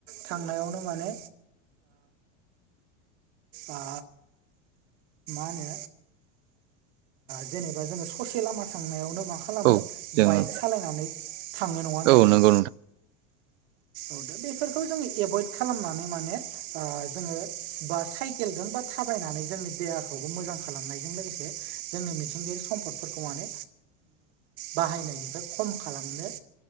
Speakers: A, on the right; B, on the right.
A: थांनायावनो माने मा होनो जेनेबा जोङो ससे लामा थांनायावनो मा खालामो
B: औ जोङो
A: बाइक सालायनानै थाङो नङा होनब्ला
B: औ
A: नोंथां।
B: नंगौ
A: औ दा बेफोरखौ जोङो एभयड खालामनानै माने जोङो बा साइ साइकेलजों बा थाबायनानै जोंनि देहाखौबो मोजां खालामनायजों लोगोसे। जोंनि मिथिंगायारि सम्पदफोरखौ माने बाहायनायनिफ्राय खम खालामनो